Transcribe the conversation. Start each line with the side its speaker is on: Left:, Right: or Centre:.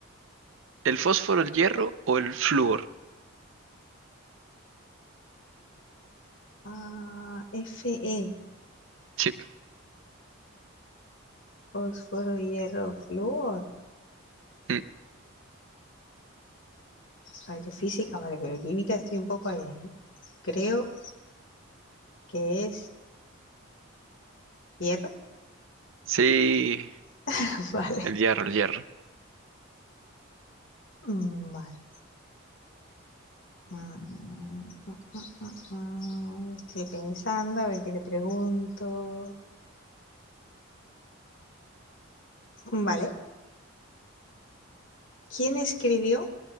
Right: ¿El fósforo, el hierro o el flúor?
Left: Ah, Fe,
Right: Sí.
Left: fósforo, hierro, flúor.
Right: Mm,
Left: Ay, yo física, vale, pero química estoy un poco ahí, ahí. Creo que es hierro.
Right: sí,
Left: <laughs> Vale.
Right: el hierro, el hierro.
Left: Mm, Vale. Mm, mm, mm, mm, mm. mm. Estoy pensando, a ver qué te pregunto. Vale. ¿Quién escribió